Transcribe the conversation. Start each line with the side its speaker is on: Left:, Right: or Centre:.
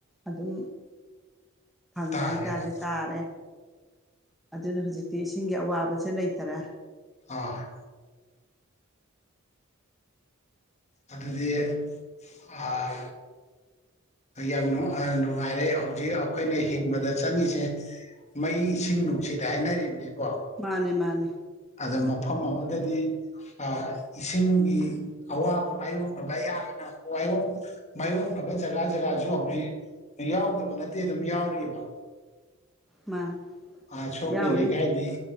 Centre: ꯑꯗꯨꯝ ꯐꯪꯉꯦ
Left: ꯇꯥꯔꯦꯕ
Centre: ꯍꯥꯏꯇꯥꯔꯦ ꯇꯥꯔꯦ ꯑꯗꯨꯅ ꯍꯧꯖꯤꯛ ꯇꯤ ꯏꯁꯤꯡꯒꯤ ꯑꯋꯥꯕꯁꯦ ꯂꯩꯇꯔꯦ
Left: ꯑꯥ ꯑꯗꯨꯗꯤ ꯑꯥ ꯌꯥꯝ ꯅꯨꯡꯉꯥꯏꯔꯦ ꯍꯧꯖꯤꯛ ꯑꯩꯈꯣꯏꯅ ꯍꯤꯡꯕꯗ ꯆꯪꯉꯤꯁꯦ ꯃꯩ ꯏꯁꯤꯡ ꯅꯨꯡꯁꯤꯠ ꯍꯥꯏꯅꯔꯤꯕꯅꯤꯀꯣ
Centre: ꯃꯥꯅꯦ ꯃꯥꯅꯦ
Left: ꯑꯗꯣ ꯃꯐꯝ ꯑꯃꯗꯗꯤ ꯑꯥ ꯏꯁꯤꯡꯒꯤ ꯑꯋꯥꯕ ꯃꯥꯌꯣꯛꯅꯕ ꯌꯥꯝꯅ ꯃꯥꯏꯌꯣꯛ ꯃꯥꯏꯌꯣꯛꯅꯕ ꯖꯒꯥ ꯖꯒꯥꯁꯨ ꯍꯧꯖꯤꯛ ꯌꯥꯎꯗꯕ ꯅꯠꯇꯦ ꯑꯗꯨꯝ ꯌꯥꯎꯔꯤꯕ
Centre: ꯃꯥꯅꯦ
Left: ꯑꯥ ꯁꯣꯝꯒꯤ
Centre: ꯌꯥꯎꯔꯤ
Left: ꯂꯩꯀꯥꯏꯗꯤ